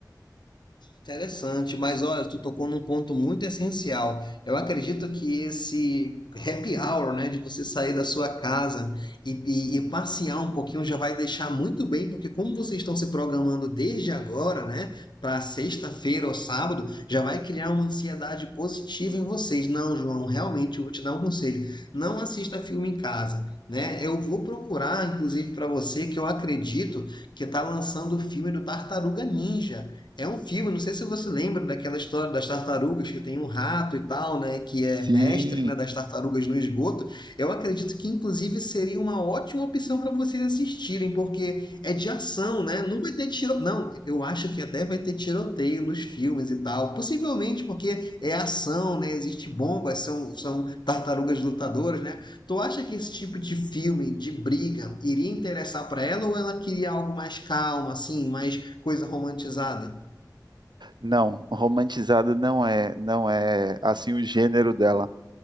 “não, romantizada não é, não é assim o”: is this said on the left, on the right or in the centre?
Right